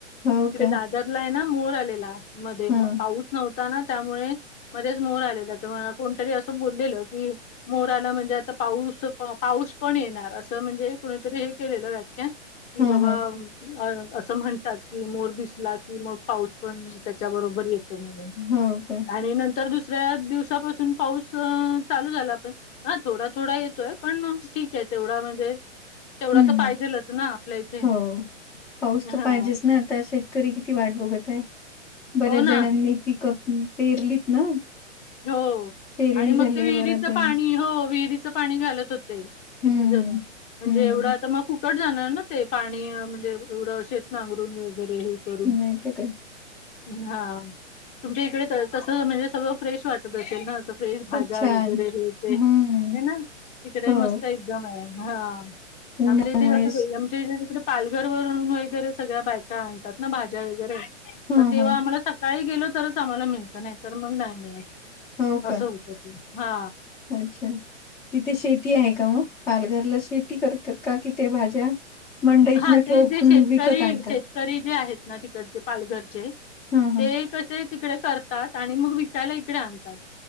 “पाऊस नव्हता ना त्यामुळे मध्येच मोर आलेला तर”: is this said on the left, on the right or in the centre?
Left